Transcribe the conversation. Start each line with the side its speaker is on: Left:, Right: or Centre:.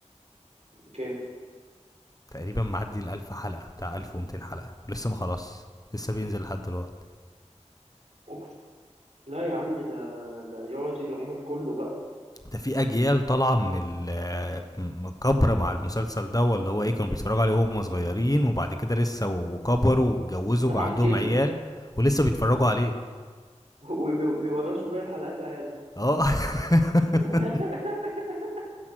Right: كام
Left: تقريبا معدي ال 1000 حلقه بتاع 1200 حلقه ولسه ما خلاص لسه بينزل لحد دلوقتي
Right: أوف لا يا عم ده ده يقعد العمر كله بقى
Left: ده في اجيال طالعه من الكبره مع المسلسل ده اللي هو ايه كانوا بيتفرجوا عليه وهم صغيرين وبعد كده لسه وكبروا واتجوزوا
Right: <laughs>
Left: بقى
Right: عجزوا
Left: عندهم عيال ولسه بيتفرجوا عليه
Right: وبيورثوا باقي الحلقات لعيالهم
Left: اه <laughs>
Right: <laughs>